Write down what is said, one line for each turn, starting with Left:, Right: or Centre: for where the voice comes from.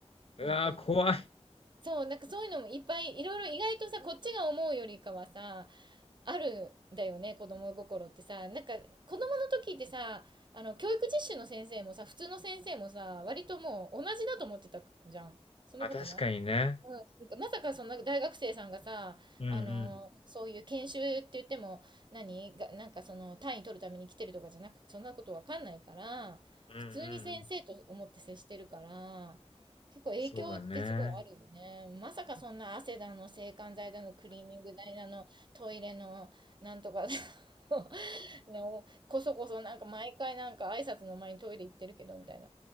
Left: うわ、
Right: なんか、
Left: 怖い。
Right: そう、なんかそういうのもいっぱい、いろいろ意外とさ、こっちが思うよりかはさ、あるんだよね子供心ってさなんか子供の時ってさあの教育実習の先生もさ普通の先生もさ割ともう同じだと思ってたじゃんそんなことない
Left: あ、確かにね。
Right: うん、なんかまさかそのなんか大学生さんがさ、
Left: うんうん。
Right: あのーそういう研修って言っても何が、なんかその単位取るために来てるとかじゃなく、そんなことわかんないから、
Left: うんうんうん。
Right: 普通に先生と思って接してるから、結構影響ってすごいあるよね。
Left: そうだね。
Right: まさかそんな汗だの、制汗剤だの、クリーニング代だの、トイレの、なんとかだの <laughs> ね、おこそこそなんか毎回なんか挨拶の前にトイレ行ってるけどみたいな